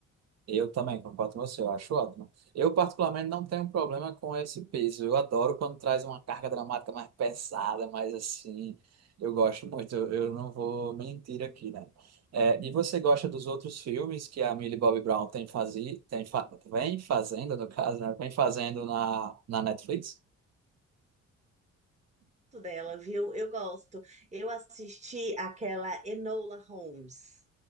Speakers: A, on the right (about 60°); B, on the right (about 25°).
A: Eu também concordo com você, eu acho ótimo. Eu, particularmente, não tenho problema com esse peso. Eu adoro quando traz uma carga dramática mais pesada, mais assim. Eu gosto muito, eu, eu não vou mentir aqui, né? É, e você gosta dos outros filmes que a Millie Bobby Brown tem fazi, tem fa- vem fazendo, no caso, né? Vem fazendo na, na Netflix?
B: Gosto dela, viu? Eu gosto. Eu assisti aquela Enola Holmes.